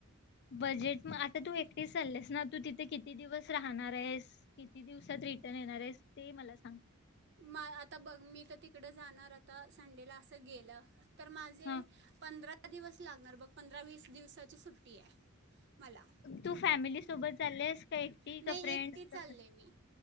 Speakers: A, on the left; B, on the right.
A: बजेट मग आता तू एकटे चाललेस ना तू तिथे किती दिवस राहणार आहेस किती दिवसात रिटर्न येणार आहेस ते मला सांग?
B: म आता बघ मी तर तिकड जाणार आता संडेला असं गेलं तर माझे
A: हा
B: पंधरा दिवस लागणार बघ पंधरा वीस दिवसाची सुट्टी आहे. मला
A: तू फॅमिलीस सोबत चालेस? काय एकटी
B: नाही
A: की फ्रेंड
B: एकटी चालले
A: कस
B: मी